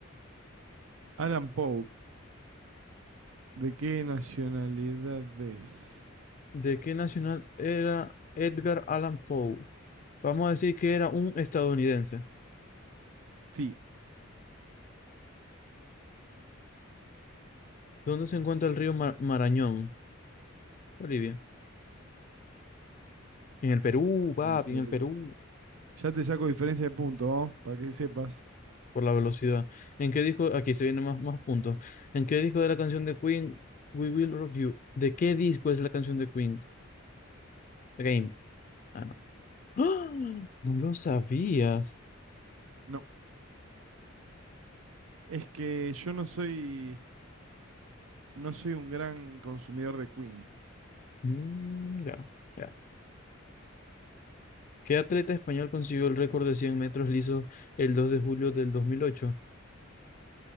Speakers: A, on the right (about 75°); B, on the left (about 40°).
A: Alan Poe, ¿de qué nacionalidad es?
B: ¿De qué nacional era Edgar Allan Poe? Vamos a decir que era un estadounidense.
A: Sí,
B: ¿Dónde se encuentra el río Mar- Marañón? Bolivia. En el Perú, papi,
A: el Perú.
B: en el Perú.
A: Ya te saco diferencia de punto, ¿oh? para que sepas.
B: por la velocidad. ¿En qué disco? Aquí se vienen más, más puntos. ¿En qué disco de la canción de Queen, We Will Rock You? ¿De qué disco es la canción de Queen? Game. Ah, no. ¡Ah! No lo sabías.
A: No, es que yo no soy, no soy un gran consumidor de Queen.
B: Mm, ya, ya. ¿Qué atleta español consiguió el récord de 100 metros lisos el 2 de julio del 2008?